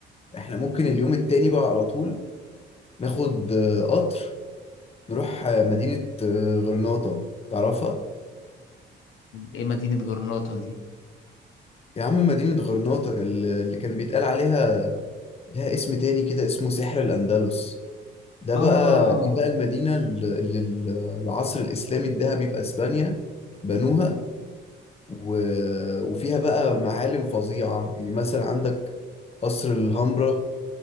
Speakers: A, on the left; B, on the left.
A: احنا ممكن اليوم التاني بقى على طول ناخد آه، قطر نروح آه، مدينة آه، غرناطة تعرفها؟
B: ايه مدينة جرناطة دي
A: يا عم مدينة غرناطة ال- اللي كان بيتقال عليها لها اسم تاني كده اسمه سحر الأندلس ده
B: اه
A: بقى دي بقى المدينة اللي ال- العصر الإسلامي الذهبي في أسبانيا بنوها و... وفيها بقى معالم فظيعة يعني مثلا عندك قصر الهامبرا